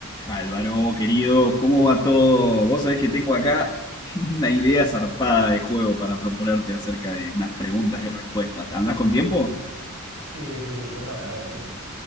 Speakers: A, on the left (about 20°); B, on the right (about 70°).
A: Álvaro, querido, ¿cómo va todo? Vos sabés que tengo acá <laughs> una idea zarpada de juego para proponerte acerca de unas preguntas y respuestas. ¿Andás con tiempo?
B: Sí, sí, sí, cuéntame, a ver, dime.